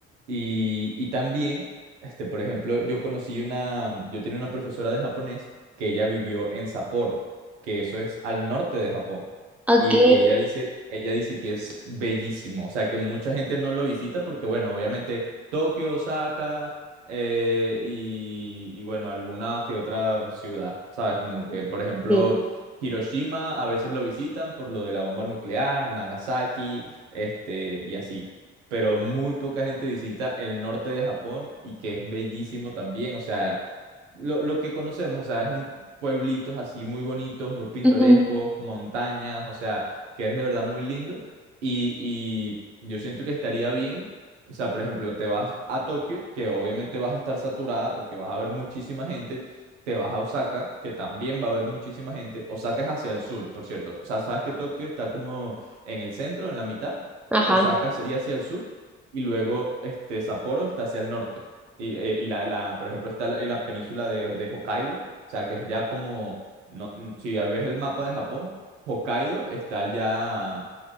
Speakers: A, on the right; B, in the centre.
A: Y, y también, este, por ejemplo, yo conocí una, yo tenía una profesora de japonés que ella vivió en Sapporo, que eso es al norte de Japón.
B: Ok,
A: Y, y ella dice, ella dice que es bellísimo, o sea, que mucha gente no lo visita porque, bueno, obviamente Tokio, Osaka eh, y, y, bueno, alguna que otra ciudad, ¿sabes? Como que, por ejemplo,
B: sí.
A: Hiroshima a veces lo visitan por lo de la bomba nuclear, Nagasaki, este, y así pero muy poca gente visita el norte de Japón y que es bellísimo también. O sea, lo, lo que conocemos, o sea, es un pueblitos así muy bonitos, muy pintorescos,
B: Ujú.
A: montañas, o sea, que es de verdad muy lindo. Y, y yo siento que estaría bien, o sea, por ejemplo, te vas a Tokio, que obviamente vas a estar saturada porque vas a ver muchísima gente, te vas a Osaka, que también va a haber muchísima gente. Osaka es hacia el sur, por cierto. O sea, sabes que Tokio está como en el centro, en la mitad.
B: Ajá.
A: Osaka sería hacia el sur y luego este Sapporo está hacia el norte. Y, eh, y la, la- por ejemplo, está la, la península de, de Hokkaido, o sea, que es ya como, no, mm, si ves el mapa de Japón, Hokkaido está ya, o